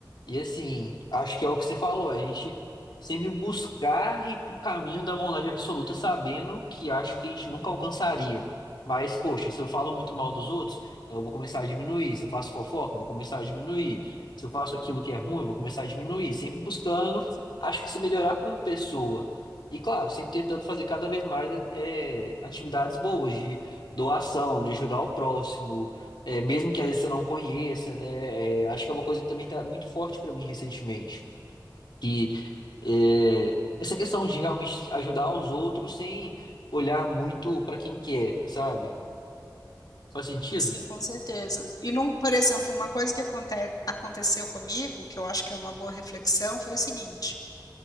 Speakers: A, on the left; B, on the left.
A: E assim, acho que é o que você falou, a gente sempre buscar ir pro caminho da bondade absoluta, sabendo que acho que a gente nunca alcançaria. Mas, poxa, se eu falo muito mal dos outros, então eu vou começar a diminuir. Se eu faço fofoca, eu vou começar a diminuir. Se eu faço aquilo que é ruim, eu vou começar a diminuir. Sempre buscando,
B: <laughs>
A: acho que se melhorar como pessoa. E claro, sempre tentando fazer cada vez mais é, atividades boas de doação, de ajudar o próximo é, mesmo que às vezes você não conheça, né? É, acho que é uma coisa que também tá muito forte para mim recentemente. Que é, essa questão de realmente ajudar os outros sem olhar muito para quem que é, sabe? Faz sentido?
B: Sim, com certeza. E, não, por exemplo, uma coisa que aconte- aconteceu comigo, que eu acho que é uma boa reflexão, foi o seguinte: